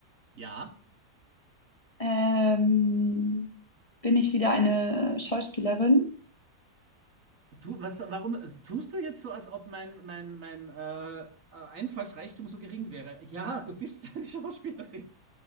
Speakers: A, on the right (about 55°); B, on the left (about 20°).
A: Ja.
B: Ähm, bin ich wieder eine Schauspielerin? <laughs>
A: Du, was, warum tust du jetzt so, als ob mein, mein, mein äh, äh, Einfallsreichtum so gering wäre? Ja, du bist <laughs> eine Schauspielerin.